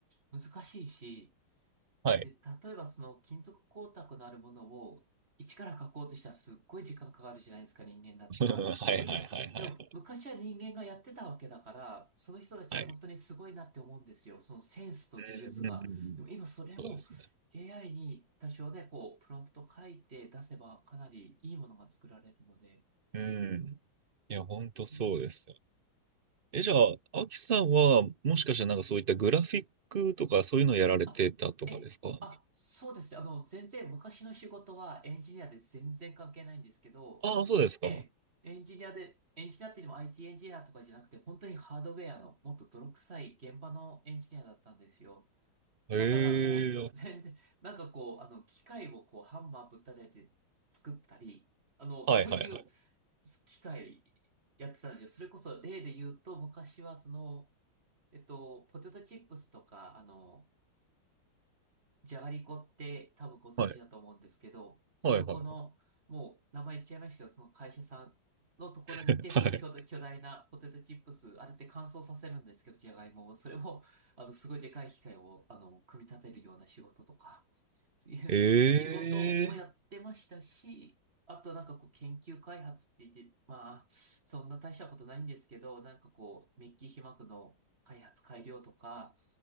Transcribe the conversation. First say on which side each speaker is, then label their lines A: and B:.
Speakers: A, on the right; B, on the right.
A: 難しいし、
B: はい。
A: で、例えばその金属光沢のあるものを一から書こうとしたらすっごい時間かかるじゃないですか、人間だったら。
B: <laughs> はいはいはいはい。
A: もちろん、でも昔は人間がやってたわけだから、その人たちは本当にすごいなって思うんですよ。
B: はい。
A: そのセンスと技術が。
B: うんうんうんうん。
A: でも今それも
B: そうですね。
A: AI に多少ね、こう、プロンプト書いて出せばかなりいいものが作られるので。
B: うん。いや、本当そうですよ
A: うん
B: え、じゃあ、アキさんは、もしかしてなんかそういったグラフィックとかそういうのやられてたとかですか
A: あ、ええ、あ、そうですね。あの、全然昔の仕事はエンジニアで全然関係ないんですけど、
B: ああ、そうですか。
A: ええ、エンジニアで、エンジニアって言っても IT エンジニアとかじゃなくて、本当にハードウェアのもっと泥臭い現場のエンジニアだったんですよ。
B: へえ、
A: だからもう全然、なんかこう、あの、機械をこう、ハンマーぶったたいて作ったり、あの、
B: はいはいはい。
A: そういう機械やってたんですよ。それこそ例で言うと、昔はその、えっと、ポテトチップスとか、あの、じゃがりこって多分ご存知だと思うんですけど、
B: はい、
A: そのこの、
B: はい、はいは
A: もう名前言っちゃいましたけど、その会社さんのところにいて、
B: い。
A: そういう巨大、
B: <laughs> はい。
A: 巨大なポテトチップス、あれって乾燥させるんですけど、じゃがいもを、それを、あの、すごいでかい機械を、あの、組み立てるような仕事とか、そういう仕事もやってましたし、
B: ええ、
A: あとなんかこう研究開発って言って、まあ、そんな大したことないんですけど、なんかこう、メッキ被膜の開発改良とか、